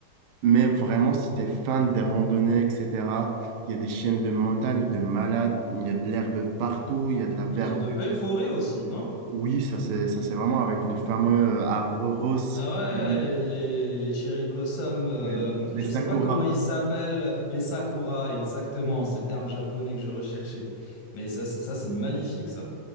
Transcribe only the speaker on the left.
Ils ont de belles forêts aussi, non?
Ah
ouais,
les, les, les, les cherry blossoms, euh,
je
sais pas comment ils s'appellent, les sakura, exactement, c'est le terme japonais que je recherchais. Mais ça, c'est- ça c'est magnifique, ça.